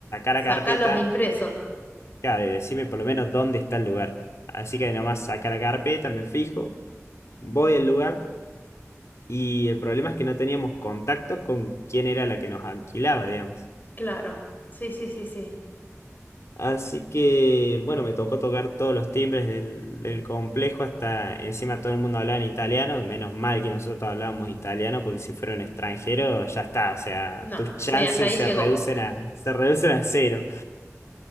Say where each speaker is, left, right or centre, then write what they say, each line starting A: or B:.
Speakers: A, on the left; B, on the left.
A: la
B: sacar
A: carpeta,
B: los impresos.
A: claro, y decime por lo menos dónde está el lugar. Así que nomás saca la carpeta, me fijo, voy al lugar y el problema es que no teníamos contacto con quién era la que nos alquilaba, digamos.
B: Claro. Sí, sí, sí, sí.
A: Así que, bueno, me tocó tocar todos los timbres del, del complejo, hasta encima todo el mundo hablaba en italiano, menos mal que nosotros hablábamos italiano, porque si fuera un extranjero, ya está, o sea,
B: No,
A: tus chances
B: sí, hasta ahí
A: se
B: llegó.
A: reducen a, se reducen a cero.